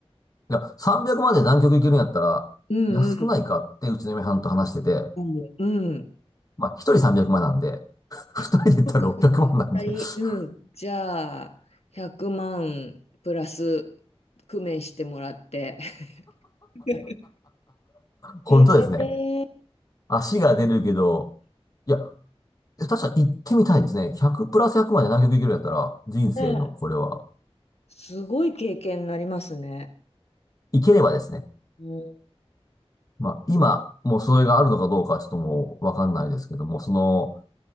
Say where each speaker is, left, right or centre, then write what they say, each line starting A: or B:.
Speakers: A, on the left; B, on the left.
A: いや、300まで南極行けるんやったら、
B: うんうん。
A: 安くないかってうちの嫁はんと話してて、
B: うんうん。
A: まあ、一人300万なんで、二人で行ったら600万なんで
B: あ、そっかそっか。二人。
A: <laughs>
B: うん。じゃあ、100万プラス工面してもらって。<laughs>
A: 本当ですね。
B: ええ
A: 足が出るけど、いや、え確か行ってみたいですね。100プラス100まで南極行けるんやったら、人生のこれは、
B: ねすごい経験になりますね。
A: 行ければですね。
B: うん。
A: まあ、今、もうそれがあるのかどうかちょっともうわかんないですけども、その、